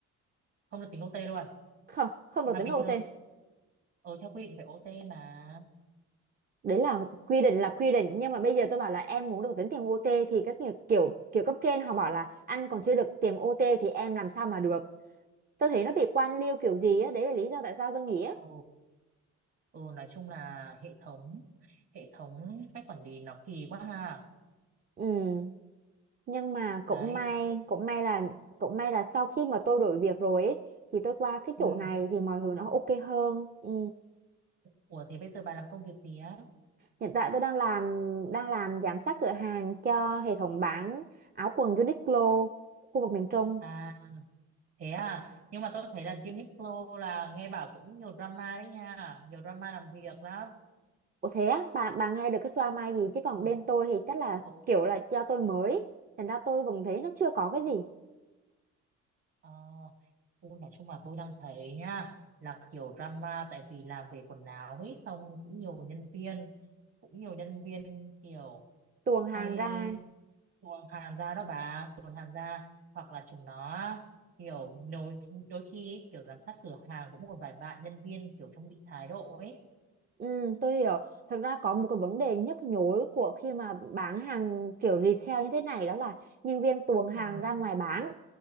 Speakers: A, on the right (about 50°); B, on the right (about 30°).
A: không được tính ô tê luôn
B: không không được
A: mà
B: tính
A: bình
B: OT
A: thường ừ, theo quy định phải OT mà
B: đấy là quy định là quy định nhưng mà bây giờ tôi bảo là em muốn được tính tiền OT thì các kiểu kiểu kiểu cấp trên họ bảo là anh còn chưa được tiền OT thì em làm sao mà được tôi thấy nó bị quan liêu kiểu gì á đấy là lý do tại sao tôi nghĩ á
A: ừ, ừ nói chung là hệ thống hệ thống cách quản lý nó kỳ quá ha
B: ừ nhưng mà cũng
A: đấy
B: may
A: OT.
B: cũng may là cũng may là sau khi mà tôi đổi việc rồi ấy, thì tôi qua cái
A: ừ.
B: chỗ này thì mọi thứ nó ok hơn ừ.
A: Ủa thế bây giờ bà làm công việc gì á
B: hiện tại tôi đang làm đang làm giám sát cửa hàng cho hệ thống bán áo quần Uniqlo khu vực miền Trung
A: à thế à nhưng mà tôi thấy là Uniqlo là nghe bảo cũng nhiều drama đấy nha nhiều drama làm việc lắm
B: Ủa thế á, bà, bà nghe được cái drama gì chứ còn
A: ừ.
B: bên tôi thì chắc là
A: ừ.
B: kiểu là do tôi mới thành ra tôi cũng thấy nó chưa có cái gì
A: Ờ, tôi nói chung là tôi đang thấy nha là kiểu drama tại vì làm về quần áo ấy xong cũng nhiều nhân viên cũng nhiều nhân viên kiểu
B: tuồng hàng
A: hay
B: ra
A: tuồn hàng ra đó bà tuồn hàng ra hoặc là chúng nó kiểu đôi đôi khi ấy, kiểu giám sát cửa hàng cũng một vài bạn nhân viên kiểu trong bị thái độ ấy
B: ừ, tôi hiểu thật ra có một cái vấn đề nhức nhối của khi mà bán hàng kiểu retail như thế này đó là nhân viên tuồng hàng
A: ừ
B: ra ngoài bán